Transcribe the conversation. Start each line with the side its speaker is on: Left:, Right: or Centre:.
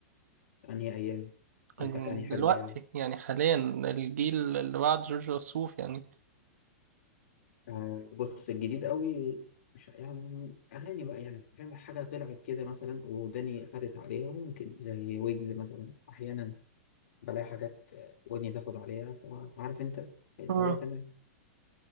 Left: أنهي أيام قصدك
Right: يعني
Left: أنهي حقبة
Right: دلوقتي
Left: يعني
Right: يعني حاليا الجيل اللي بعد جورج وسوف يعني
Left: آه، بص الجديد قوي مش يعني اغاني بقى يعني فاهم حاجه طلعت كده مثلا وداني خدت عليها ممكن زي ويجز مثلا احيانا بلاقي حاجات آه، ودني تاخد عليها فعارف انت اللي
Right: مم.
Left: هو تمام